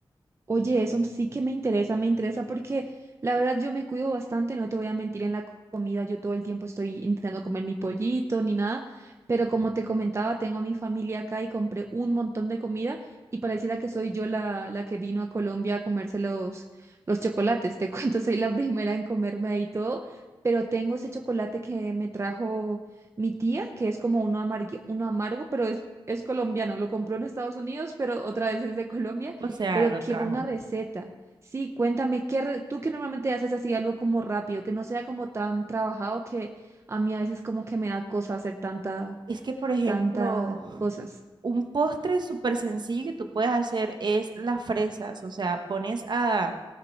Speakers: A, on the right; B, on the right.
A: Oye, eso sí que me interesa, me interesa porque la verdad yo me cuido bastante, no te voy a mentir en la co- comida, yo todo el tiempo estoy intentando comer mi pollito ni nada, pero como te comentaba, tengo a mi familia acá y compré un montón de comida y pareciera que soy yo la, la que vino a Colombia a comerse los, los chocolates, te <laughs> cuento, soy la primera en comerme ahí todo, pero tengo ese chocolate que me trajo mi tía, que es como uno amargo, uno amargo, pero es... Es colombiano, lo compró en Estados Unidos, pero otra vez es de Colombia
B: O sea,
A: pero
B: lo
A: quiero
B: trajo.
A: una receta. Sí, cuéntame, ¿qué re- tú que normalmente haces así algo como rápido, que no sea como tan trabajado que a mí a veces como que me da cosa hacer tanta,
B: Es que, por ejemplo,
A: tanta cosas?
B: un postre súper sencillo que tú puedes hacer es las fresas. O sea, pones a